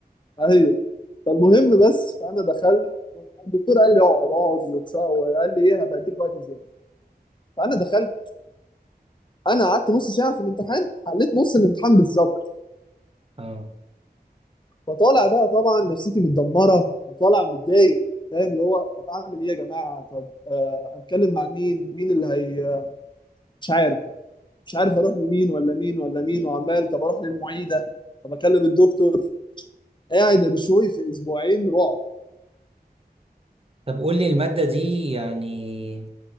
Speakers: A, on the left; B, on the right.
A: ايوه فالمهم بس فانا دخلت الدكتور قال لي اقعد اقعد وقال لي ايه هبقى اديك وقت زياده فانا دخلت انا قعدت نص ساعه في الامتحان حليت نص الامتحان بالظبط
B: <laughs> اه
A: فطالع بقى طبعا نفسيتي متدمره وطالع متضايق فاهم اللي هو طب اعمل ايه يا جماعه طب آه، اتكلم مع مين مين اللي هي مش عارف بقى مش عارف اروح لمين ولا مين ولا مين وعمال طب اروح للمعيده طب اكلم الدكتور قاعد يا بشوي في اسبوعين رعب
B: طب قول لي الماده دي يعني